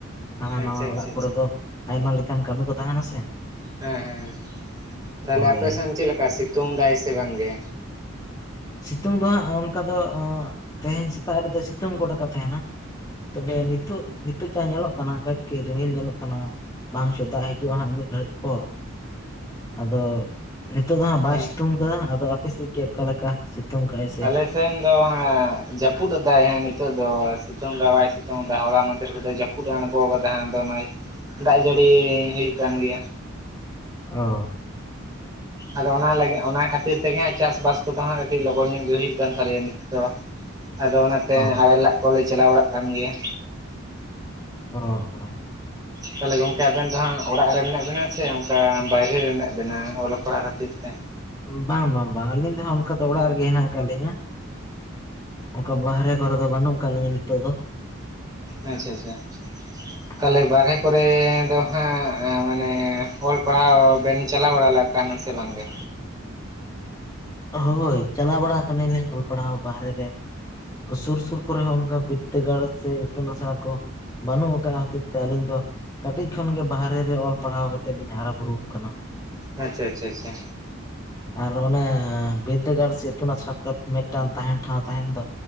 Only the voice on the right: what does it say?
ᱟᱪᱪᱷᱟ
ᱟᱪᱪᱷᱟ
ᱟᱪᱪᱷᱟ
ᱦᱮᱸ ᱦᱮᱸ ᱛᱟᱦᱞᱮ
ᱟᱯᱮᱥᱮᱱ ᱪᱮᱫ ᱞᱮᱠᱟ ᱥᱤᱛᱩᱝ ᱫᱟᱭ ᱥᱮ ᱵᱟᱝ ᱜᱮ
ᱦᱮᱸ
ᱟᱞᱮ ᱥᱮᱱ ᱫᱚ ᱦᱟᱸ ᱡᱟᱹᱯᱩᱫᱟᱭ ᱦᱮᱸ ᱱᱤᱛᱚᱜ ᱫᱚ ᱥᱤᱛᱩᱝ ᱫᱚ ᱵᱟᱭ ᱥᱤᱛᱩᱝ ᱮᱫᱟ ᱦᱚᱞᱟ ᱢᱚᱫᱷᱮᱨ ᱨᱚᱫᱚᱭ ᱡᱟᱹᱯᱩᱫ ᱟᱬᱜᱚ ᱟᱠᱟᱫᱟ ᱱᱷᱟᱜ ᱟᱫᱚ ᱱᱚᱜᱽ ᱚᱭ ᱫᱟᱜᱽ ᱡᱟᱹᱲᱤ ᱦᱩᱭᱩᱜ ᱠᱟᱱ ᱜᱮᱭᱟ
ᱟᱫᱚ ᱚᱱᱟ ᱞᱟᱹᱜᱤᱫ ᱚᱱᱟ ᱠᱷᱟᱹᱛᱤᱨ ᱛᱮᱜᱮ ᱦᱟᱸᱜ ᱪᱟᱥᱼᱵᱟᱥ ᱠᱚᱫᱚ ᱦᱟᱸᱜ ᱠᱟᱹᱴᱤᱡ ᱞᱚᱜᱚᱱ ᱧᱚᱜ ᱜᱮ ᱦᱩᱭᱩᱜ ᱠᱟᱱ ᱛᱟᱞᱮᱭᱟ ᱱᱤᱛᱚ ᱫᱚ ᱟᱫᱚ ᱚᱱᱟᱛᱮ
ᱟᱲᱮ ᱞᱟᱜᱽ ᱠᱚᱞᱮ ᱪᱟᱞᱟᱣ ᱵᱟᱲᱟᱜ ᱠᱟᱱ ᱜᱮᱭᱟ
ᱛᱟᱦᱚᱞᱮ ᱜᱚᱝᱠᱮ ᱟᱵᱮᱱ ᱫᱚ ᱦᱟᱸᱜ ᱚᱲᱟᱜ ᱨᱮ ᱢᱮᱱᱟᱜ ᱵᱤᱱᱟ ᱥᱮ ᱚᱱᱠᱟ ᱵᱟᱭᱨᱮ ᱨᱮ ᱢᱮᱱᱟᱜ ᱵᱤᱱᱟ ᱚᱞᱚᱜ ᱯᱟᱲᱦᱟᱜ ᱠᱷᱟᱹᱛᱤᱨ ᱛᱮ
ᱟᱪᱪᱷᱟ ᱟᱪᱪᱷᱟ
ᱛᱟᱦᱞᱮ ᱵᱟᱨᱦᱮ ᱠᱚᱨᱮ ᱫᱚ ᱦᱟᱸᱜ ᱢᱟᱱᱮ ᱚᱞ ᱯᱟᱲᱦᱟᱣ ᱵᱮᱱ ᱪᱟᱞᱟᱣ ᱵᱟᱲᱟ <unintelligible> ᱠᱟᱱᱟ ᱥᱮ ᱵᱟᱝᱜᱮ?
ᱟᱪᱪᱷᱟ ᱟᱪᱷᱟ ᱟᱪᱪᱷᱟ